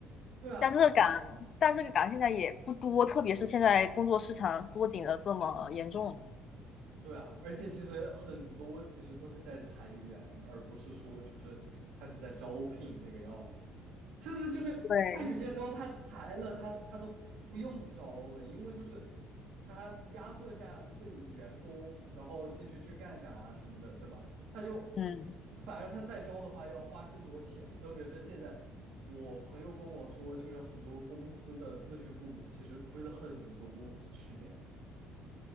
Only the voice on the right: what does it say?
对啊。
对啊，而且其实很多其实都是在裁员，而不是说就是他是在招聘这个样子，甚至就是他有些时候他裁了他他都不用招了，
因为就是他压缩一下自己员工，然后继续去干干啊什么的，对吧？他就
反而他再招的话要花更多钱，特别是现在我朋友跟我说，就是很多公司的咨询部门其实亏了很多去年。